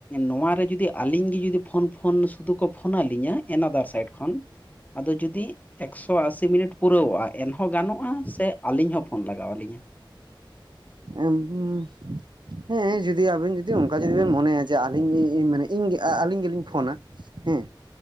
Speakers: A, on the left; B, on the right.
A: ᱱᱚᱣᱟᱨᱮ ᱡᱩᱫᱤ ᱟᱹᱞᱤᱧ ᱜᱮ ᱡᱩᱫᱤ ᱯᱷᱳᱱ ᱯᱷᱳᱱ ᱥᱩᱫᱩ ᱠᱚ ᱯᱷᱳᱱᱟᱞᱤᱧᱟ᱾ ᱮᱱᱟᱫᱟᱨ ᱥᱟᱭᱤᱰ ᱠᱷᱚᱱ ᱟᱫᱚ ᱡᱩᱫᱤ ᱮᱠᱥ ᱥᱷᱚ ᱟᱥᱤ ᱢᱤᱱᱤᱴ ᱯᱩᱨᱟᱹᱚᱜᱼᱟ ᱮᱱᱦᱚᱸ ᱜᱟᱱᱚᱜᱼᱟ ᱥᱮ ᱟᱹᱞᱤᱧ ᱦᱚᱸ ᱯᱷᱳᱱ ᱞᱟᱜᱟᱣ ᱞᱤᱧᱟᱹ?
B: ᱮᱢ ᱦᱩᱸ ᱦᱮᱸ ᱡᱩᱫᱤ ᱟᱵᱮᱱ ᱡᱩᱫᱤ ᱚᱱᱠᱟ ᱡᱩᱫᱤ ᱵᱮᱱ ᱢᱚᱱᱮᱭᱟ ᱡᱮ ᱟᱞᱤᱧ ᱤᱧ ᱟᱹᱞᱤᱧ ᱜᱮᱞᱤᱧ ᱯᱷᱳᱱᱟ᱾ ᱦᱮᱸ